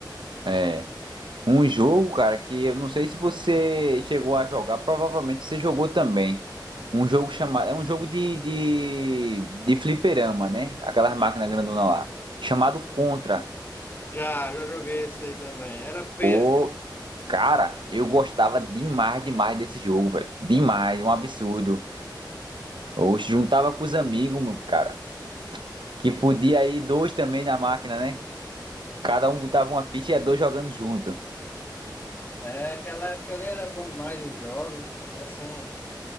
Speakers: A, on the right; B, on the left.
A: é. Um jogo, cara, que eu não sei se você chegou a jogar, provavelmente você jogou também. Um jogo chamado. É um jogo de, de, de fliperama, né? Aquelas máquinas grandona lá. Chamado Contra.
B: Já, já joguei isso aí também. Era feio.
A: Ô, cara, eu gostava demais, demais desse jogo, velho. Demais, um absurdo. Eu juntava com os amigos, meu, cara. Que podia ir dois também na máquina, né? Cada um botava uma ficha e ia dois jogando junto.
B: É, aquela época ali era bom demais os jogos, assim,